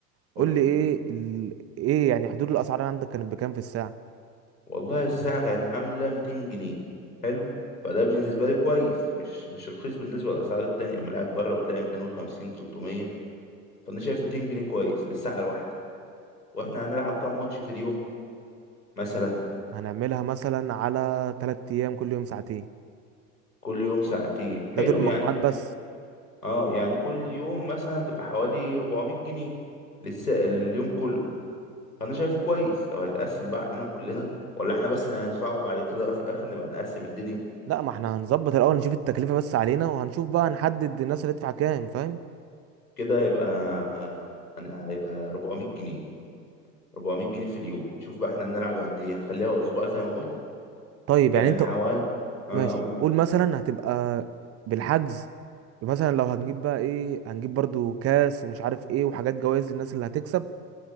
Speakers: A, on the left (about 85°); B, on the right (about 30°).
A: قول
B: قول لي
A: لي
B: ايه ال... ايه يعني حدود الاسعار عندك كانت بكام في الساعه
A: والله الساعه كانت عامله 200 جنيه حلو فده بالنسبه لي كويس مش مش رخيص بالنسبه للاسعار التانية ملاعب بره بتلاقي 250 300 فانا شايف 200 جنيه كويس للساعه الواحده واحنا هنلعب كام ماتش في اليوم مثلا
B: هنعملها مثلا على 3 ايام كل يوم ساعتين
A: كل يوم ساعتين حلو
B: ده دور المجموعات
A: يعني
B: بس
A: اه يعني كل يوم مثلا هتبقى حوالي 400 جنيه للسائل لليوم كله فانا شايفه كويس لو هيتقسم بقى علينا كلنا ولا احنا بس اللي هندفعه بعد كده بقى في الاخر نبقى نقسم الدنيا
B: لا ما احنا هنظبط الاول نشوف التكلفه بس علينا وهنشوف بقى نحدد الناس اللي هتدفع كام فاهم
A: كده هيبقى آه، هن- هيبقى 400 جنيه 400 جنيه في اليوم شوف بقى احنا نلعب قد ايه هنخليها اسبوع زي ما قلت
B: طيب
A: يعني
B: يعني انت
A: حوالي اه
B: ماشي
A: اقول
B: قول مثلا هتبقى بالحجز مثلا لو هنجيب بقى ايه هنجيب برضو كاس ومش عارف ايه وحاجات جوائز للناس اللي هتكسب